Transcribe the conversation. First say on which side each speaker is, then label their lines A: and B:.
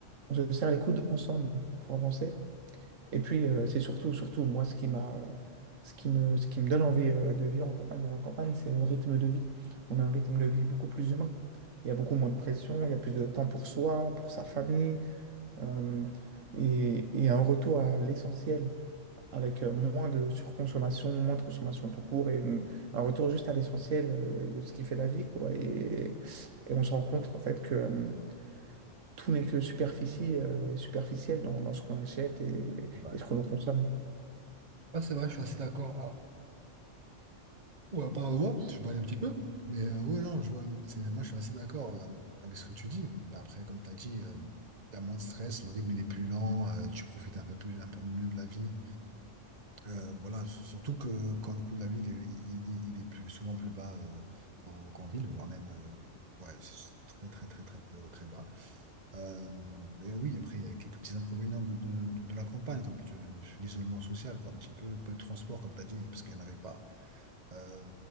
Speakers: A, on the right; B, on the right.
A: On se serre les coudes ensemble pour avancer. Et puis, euh, c'est surtout, surtout, moi, ce qui m'a, euh, ce qui me, ce qui me donne envie euh, de vivre en campagne, d'aller en campagne, c'est le rythme de vie. On a un rythme de vie beaucoup plus humain. Il y a beaucoup moins de pression, il y a plus de temps pour soi, pour sa famille, euh, et, et un retour à l'essentiel avec euh, moins de surconsommation, moins de consommation tout court, et une- un retour juste à l'essentiel euh, et de ce qui fait la vie, quoi. Et, et on se rend compte, en fait, que euh, tout n'est que superficie euh, et superficiel dans, dans ce qu'on achète et,
B: Ouais.
A: et ce que l'on consomme.
B: Ah, c'est vrai, je suis assez d'accord. Ah. Ouais, pardon, je parlais un petit peu, mais euh, ouais, non, je vois, c'est- moi je suis assez d'accord euh, avec ce que tu dis. Bah, Après, comme tu as dit, tu as moins de stress, le rythme il est plus lent, euh, tu profites un peu plus, un peu mieux de la vie. Euh, voilà, surtout que quand le coût de la vie il, est il- il- il est plus, souvent plus bas euh, qu'en qu'en ville, voire même euh, ouais, c'est très, très, très, très, euh, très bas. Euh, mais oui, après, il y a quelques petits inconvénients de, de, de- de la campagne, comme tu- l'isolement social, quoi, un petit peu, peu de transport, comme tu as dit, parce qu'il n'y en avait pas. Euh,